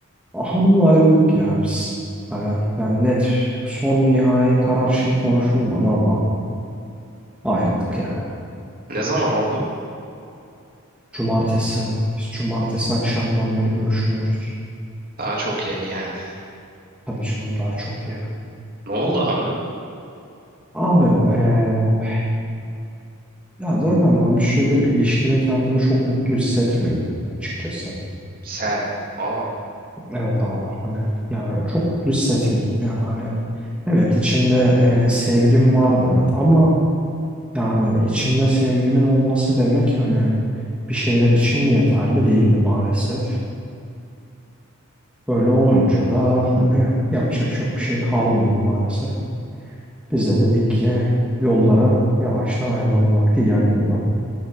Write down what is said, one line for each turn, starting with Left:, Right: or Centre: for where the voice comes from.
Centre: hanımla ayrıldık ya biz. Hani yani net son nihai karar şey konuşulmadı ama ayrıldık yani.
Right: Ne zaman oldu?
Centre: Cumartesi, biz cumartesi akşamdan beri görüşmüyoruz.
Right: Daha çok yeni yani.
Centre: Tabii canım daha çok yeri.
Right: Ne oldu abi?
Centre: Abi eee, ya zaten ben bir süredir ilişkide kendimi çok mutlu hissetmiyordum açıkçası.
Right: Sen. Aa.
Centre: Evet abi hani yani çok mutlu hissetmiyordum yani hani evet içimde e, sevgim vardı ama yani içimde sevgimin olması demek hani bir şeyler için yeterli değildi maalesef. Böyle olunca da hani yapacak çok bir şey kalmıyordu maalesef. Biz de dedik ki yollara yavaştan ayırmanın vakti geldi gibi.